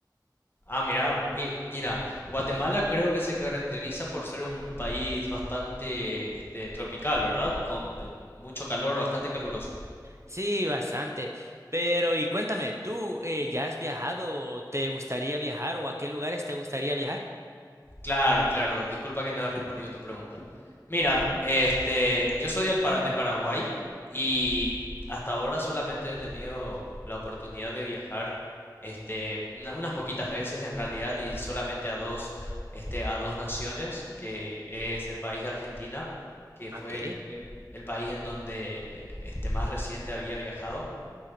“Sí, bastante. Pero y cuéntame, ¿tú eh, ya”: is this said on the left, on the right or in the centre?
Right